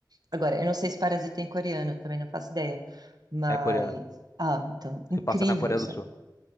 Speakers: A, on the right; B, on the left.
A: Agora, eu não sei se Parasita é em coreano, também não faço ideia, mas...
B: É coreano.
A: Ah, então, incrível
B: Se passa na Coreia
A: isso.
B: do Sul.